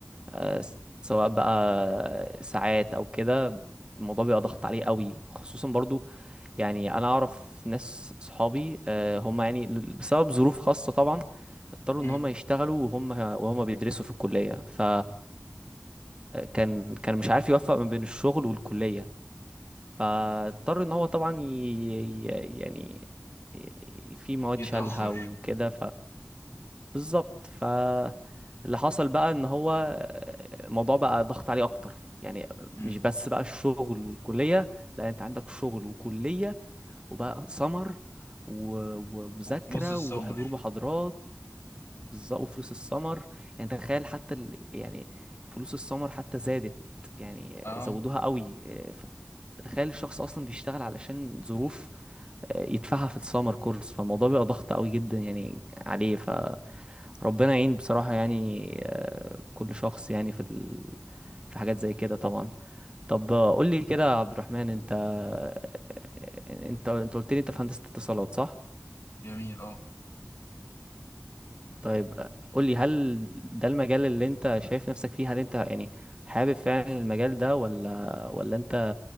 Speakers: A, on the right; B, on the left.
A: آه، سواء بقى ساعات او كده الموضوع بيبقى ضغط عليه قوي خصوصا برضو يعني انا اعرف ناس صحابي آه، هم يعني بسبب ظروف خاصة طبعا اضطروا
B: امم
A: ان هم يشتغلوا وهم وهم بيدرسوا في الكلية ف كان كان مش عارف يوفق ما بين الشغل والكلية فاضطر ان هو طبعا ي... ي- يعني ي- في مواد
B: يتاخر
A: شالها وكده فبالظبط فاللي حصل بقى ان هو الموضوع بقى ضغط عليه اكتر يعني مش
B: امم
A: بس بقى الشغل والكلية لا انت عندك شغل وكلية وبقى سمر ومذاكرة
B: وفلوس السمر
A: وحضور محاضرات بالظبط وفلوس السمر يعني تخيل حتى ال... يعني فلوس السمر حتى زادت يعني
B: اه
A: زودوها قوي إيه، ف- تخيل الشخص اصلا بيشتغل علشان ظروف آه، يدفعها في السمر كورس فالموضوع بيبقى ضغط قوي جدا يعني عليه فربنا يعين بصراحة يعني آه، كل شخص يعني في ال... في حاجات زي كده طبعا طب آه، قول لي كده يا عبد الرحمن انت آه، انت انت قلت لي انت في هندسة اتصالات صح
B: جميل اه
A: طيب قول لي هل ده المجال اللي انت شايف نفسك فيه هل انت يعني حابب فعلا المجال ده ولا ولا انت